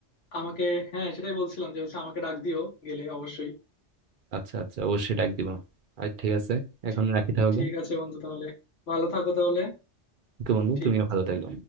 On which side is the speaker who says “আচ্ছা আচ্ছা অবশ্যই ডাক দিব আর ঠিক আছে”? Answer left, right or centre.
Right